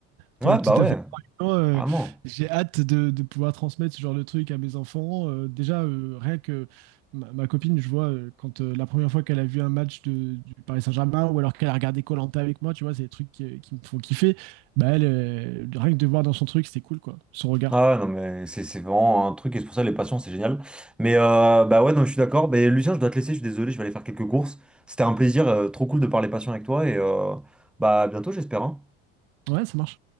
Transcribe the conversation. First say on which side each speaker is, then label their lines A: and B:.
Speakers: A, on the right (about 70°); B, in the centre.
A: pour
B: Ouais,
A: être
B: bah
A: tout
B: ouais,
A: à fait franc, avec toi, euh,
B: vraiment.
A: j'ai hâte de, de pouvoir transmettre ce genre de truc à mes enfants. Euh, déjà, euh, rien que ma, ma copine, je vois, euh, quand euh, la première fois qu'elle a vu un match de, du Paris Saint-Germain ou alors qu'elle a regardé koh avec moi, tu vois, c'est des trucs qui, euh, qui me font kiffer. Bah, elle, euh, rien que de voir dans son truc, c'était cool, quoi, son regard.
B: Ah ouais, non, mais c'est c'est vraiment un truc, et c'est pour ça les passions, c'est génial. Mais euh, bah ouais, non, je suis d'accord. Mais Lucien, je dois te laisser, je suis désolé, je vais aller faire quelques courses. C'était un plaisir, euh, trop cool de parler passion avec toi, et euh, bah à bientôt, j'espère. hein.
A: Ouais, ça marche.